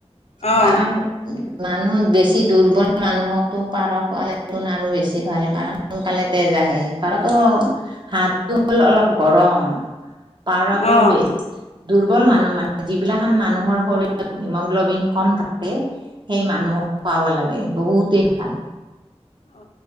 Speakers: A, on the left; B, on the right.
A: অ',
B: কাৰণ উ মানুহত বেছি দুৰ্বল মানুহকো পাৰ পোৱালি আৰু বেছি ভাল কাৰণ সোনকালে তেজ আহে পাৰটো হাড়টো হ'ল অলপ গৰম পাৰটো
A: অ'। অ',
B: বে দুৰ্বল মানুহ মানে যিবিলাখন মানুহৰ শৰীৰত হিমগ্লবিন কম থাকে সেই মানুহক খোৱাব লাগে বহুতেই ভাল
A: অ,